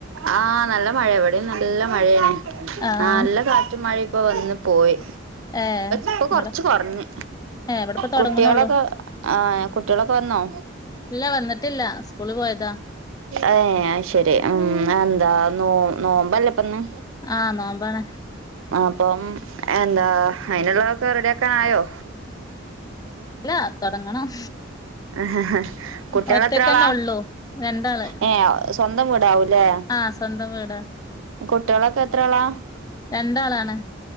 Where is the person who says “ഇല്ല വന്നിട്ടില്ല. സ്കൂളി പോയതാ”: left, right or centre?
Left